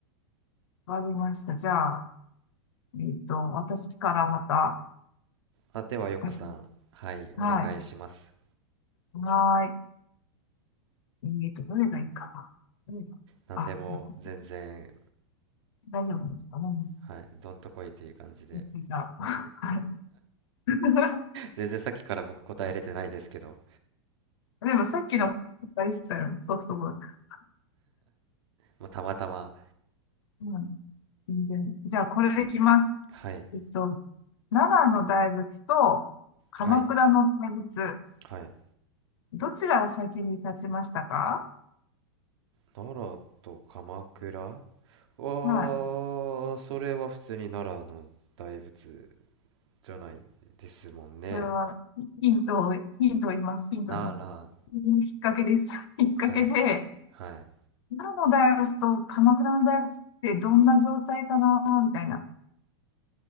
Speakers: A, on the left; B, on the right.
A: わかりました。じゃあ、えっと、私からまた。
B: あ、では、よこさん。
A: 私
B: はい、お願いします。
A: はい。はーい。えっと、どれがいいかな。どれがあ、
B: 何でも全然、
A: ちょっと、大丈夫ですかね。
B: はい、どんとこいという感じで。
A: じゃあ、はい。<laughs>
B: 全然さっきから僕答えれてないですけど、
A: でもさっきのあれでしたよね、ソフトボール。
B: まあ、たまたま。
A: <laughs> うん、全然。じゃあ、これでいきます。
B: はい、
A: えっと、奈良の大仏と鎌倉の大仏、
B: はい、はい。
A: どちらが先に立ちましたか
B: 奈良と鎌倉ああ、それは普通に奈良の大仏
A: はい。
B: じゃないですもんね。
A: これは、ヒントを、ヒントを言います。ヒントを言います。
B: 奈良、
A: きっかけです。<laughs> きっかけで、
B: はい、はい。
A: 奈良の大仏と鎌倉の大仏ってどんな状態かな、みたいな。